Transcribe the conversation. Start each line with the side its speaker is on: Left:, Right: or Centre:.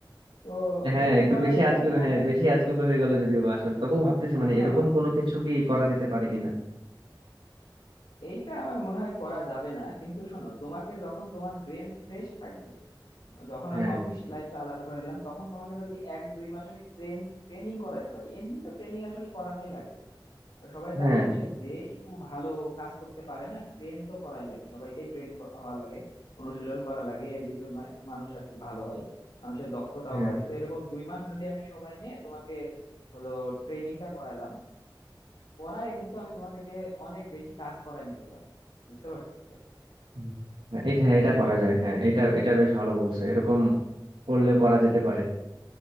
Left: তো এটা
Right: হ্যাঁ
Left: কি
Right: একটু
Left: করা
Right: বেশি
Left: যেতে
Right: আজগুবি
Left: পারে আমি
Right: হ্যাঁ বেশি আজগুবি হয়ে গেল যদিও বা আসলে তবুও ভাবতেছি
Left: হ্যাঁ
Right: মানে
Left: শোনো
Right: এরকম কোনো কিছু কি করা
Left: হ্যাঁ,
Right: যেতে পারে কিনা
Left: এইটা আমার মনে হয় করা যাবে না কিন্তু শোনো তোমাকে যখন তোমার ব্রেন ফ্রেশ থাকবে যখন
Right: হ্যাঁ
Left: আমি অফিস লাইফটা আলাদা করে দিলাম তখন তোমাকে যদি এক দুই মাস আমি ট্রেন ট্রেনিং করাতে পারি এমনি তো ট্রেনিং আসলে করানোই লাগে সবাই তো
Right: হ্যাঁ
Left: আর অফিসে যেই তো ভালো কাজ করতে পারে না ট্রেন তো করাই লাগে সবাইকেই ট্রেন হওয়া লাগে অনুশীলন করা লাগে এর ভিতর মা- মানুষ আর কি ভালো হয় মানুষের দক্ষতাও
Right: হ্যাঁ
Left: বাড়ে তো এরকম দুই মাস যদি আমি সময় নিয়ে তোমাকে হলো ট্রেনিংটা করালাম করায় কিন্তু আমি তোমাকে দিয়ে অনেক বেশি কাজ করায় নিতে পারবো বুঝতে পারছো তো
Right: হুম। হ্যাঁ, এটা হ্যাঁ এটা করা যায় হ্যাঁ এটা এটা বেশ ভালো বলছো এরকম করলেও করা যেতে পারে